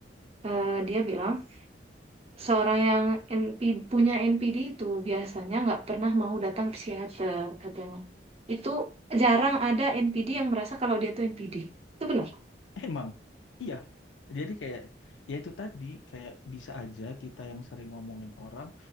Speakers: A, on the right (about 35°); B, on the left (about 85°).
A: eh, dia bilang seorang yang NP, punya NPD itu biasanya nggak pernah mau datang ke psikiater katanya. Itu jarang ada NPD yang merasa kalau dia tuh NPD. Itu benar.
B: Emang, iya. Jadi kayak, ya itu tadi, kayak bisa aja kita yang sering ngomongin orang,